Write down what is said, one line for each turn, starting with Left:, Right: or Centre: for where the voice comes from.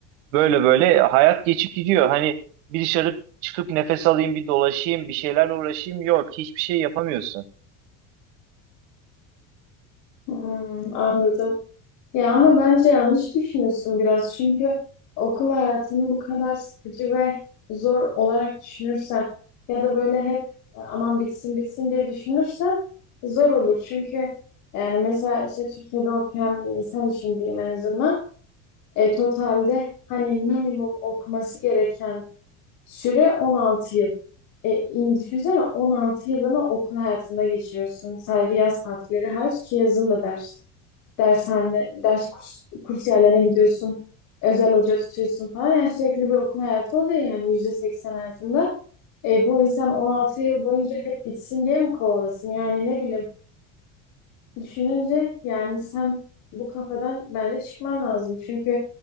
Right: Böyle böyle hayat geçip gidiyor. Hani bir dışarı çıkıp nefes alayım, bir dolaşayım, bir şeylerle uğraşayım. Yok, hiçbir şey yapamıyorsun.
Left: Hmm, anladım. Ya ama bence yanlış düşünüyorsun biraz. Çünkü okul hayatını bu kadar sıkıcı ve zor olarak düşünürsen ya da böyle hep "E, aman bitsin bitsin diye düşünürsen zor olur. Çünkü yani mesela işte Türkiye'de okuyan bir insan için diyeyim en azından e, totalde hani minimum okuması gereken süre 16 yıl. E, in- düşünsene 16 yılını okul hayatında geçiriyorsun. Sadece yaz tatilleri hariç ki yazın da ders dershane, ders kurs, kurs yerlerine gidiyorsun. Özel hoca tutuyorsun falan. Yani sürekli bir okul hayatı oluyor yani yüzde seksen hayatında. E, bu insan 16 yıl boyunca hep gitsin diye mi kovalasın? Yani ne bileyim düşününce yani sen bu kafadan bence çıkman lazım. Çünkü